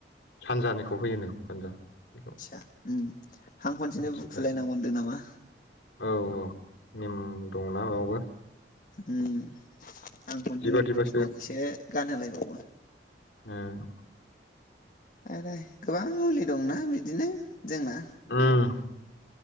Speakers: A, on the left; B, on the left.
A: सानजानिखौ होयो नो सानजा। बेखौ
B: इसा हां
A: सानजा
B: खनसेनो बुखुलायनांगौ होनदों नामा?
A: औ औ नेम दंना बावबो।
B: ओम हांखनसेनो
A: बादिबासो
B: बुंखुनानैसो गानहोलायबावो।
A: उम
B: आरो गोबां मुलि दंना बिदिनो जोंना
A: ओम